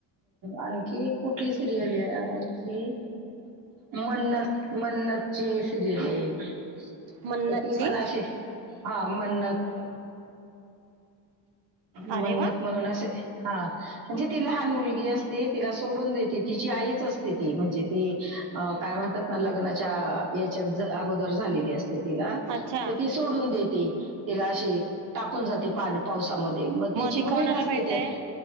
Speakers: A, on the right; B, on the right.
A: आणखी कुठली सिरियल आहे ती मन्नत मन्नतची सिरियल एक
B: मन्नतची
A: तर ती पण अशी हा म्हण्णत मन्नत
B: अरे वा
A: म्हणून असे हा म्ह जे ती लहान मुलगी असते तिला सोडून देत तिची आईच असते ती म्हणजे ती काय म्हणतात ना लग्नाच्या याच्यात अगोदर झालेली असते तिला
B: अच्छा
A: तर ती सोडून देते तिला अशी टाकून जाते पावसामध्ये मग तिची
B: ते
A: बहीण
B: कोणाला
A: असते
B: भेटय
A: ते